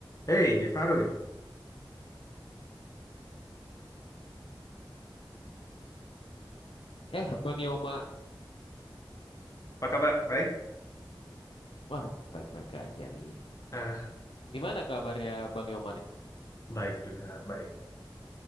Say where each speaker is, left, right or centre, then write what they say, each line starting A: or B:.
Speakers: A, on the left (about 40°); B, on the left (about 80°).
A: Hey, Gifarui,
B: Eh, Bang Yoma.
A: apa kabar? Baik?
B: Wah, baik-baik aja nih.
A: Ah,
B: Gimana kabarnya Bang Yoma nih?
A: baik juga, baik.